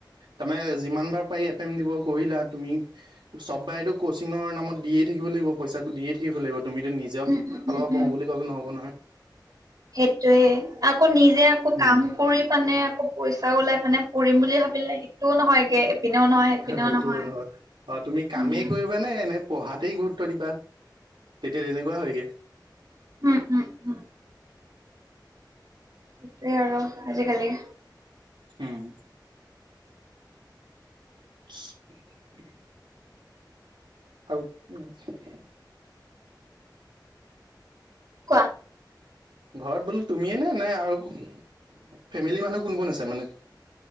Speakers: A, on the right (about 85°); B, on the right (about 50°).
A: তাৰমানে যিমান বাৰ পাৰি এটেমট দিব কৰিলা, তুমি চব বাইতো কচিংৰ নামত দিয়ে থাকিব লাগিব, পইচা দিয়ে থা কি কৰিব লাগিব, তুমিতো নিজৰ
B: উম
A: ফালৰ
B: উম উম
A: পৰা
B: উম
A: পঢ়ো বুলি ক'লে নহ'ব নহয়।
B: সেইটোয়ে। আকৌ নিজে আকৌ
A: উম
B: কাম কৰি পানে আকৌ পইচাও ওলাই মানে পঢ়িম বুলি ভাবিলে সেইটোও নহয়গে। এপিনেও নহয় এপিনেও
A: সইটো
B: নহয়
A: হয়, অ তুমি কামেই
B: উম
A: কৰি কৰিবা নে, নে পঢ়াতেই গুৰুত্ব দিবা, তেতিয়া তেনেকুৱা হয়গে।
B: উম উম উম। সেইটোৱে আৰু আজিকালি।
A: উম। স <unintelligible> আৰু <unintelligible>
B: কোৱা?
A: ঘৰত বোলো তুমিয়ে নে নাই আৰু ফেমিলি মানুহ কোন কোন আছে মানে?